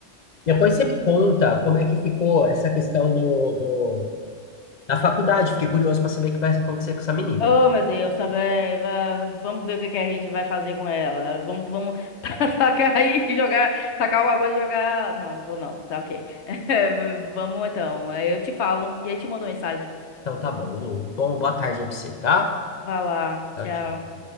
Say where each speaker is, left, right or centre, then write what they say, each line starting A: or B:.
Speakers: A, on the left; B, on the left.
A: Depois você me conta como é que ficou essa questão do, do- da faculdade. Fiquei curioso para saber o que vai acontecer com essa menina.
B: Oh, meu Deus, também. va- Vamos ver o que que a gente vai fazer com ela. Vamos, vamos <laughs> ta- tacar aí e jogar, tacar alguma coisa e jogar. Não, não vou não. Tá ok. <laughs> É, vamos então. Aí Eu te falo e aí te mando mensagem.
A: Então tá bom, Lu. Bom, boa tarde aí pra você, tá?
B: Vá lá.
A: Tchau,
B: Tchau.
A: tchau.